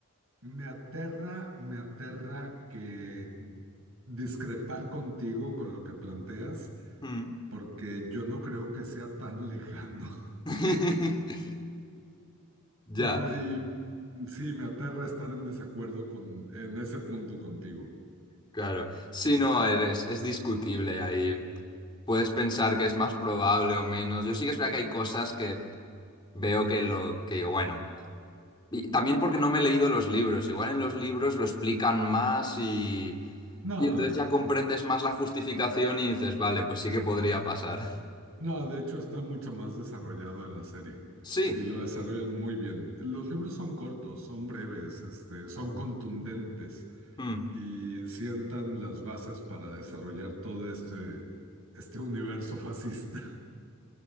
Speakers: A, on the right (about 70°); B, on the left (about 20°).
A: Me aterra, me aterra que discrepar contigo con lo que planteas,
B: Mm.
A: porque yo no creo que sea tan lejano. <laughs>
B: <laughs> Ya,
A: Y sí, me aterra estar en desacuerdo con, en ese punto contigo.
B: claro. Si no, eres, es discutible ahí. Puedes pensar que es más probable o menos. Yo sí que es verdad que hay cosas que veo que lo que digo, bueno. Y también porque no me he leído los libros. Igual en los libros lo explican más y,
A: No,
B: y entonces ya comprendes más la justificación y dices, vale, pues sí que podría pasar. <laughs>
A: no, de hecho está mucho más desarrollado en la serie
B: Sí.
A: y lo desarrollan muy bien. Los libros son cortos, son breves, este, son
B: Ah.
A: contundentes.
B: Mm.
A: y sientan las bases para desarrollar todo este, este universo <laughs> fascista.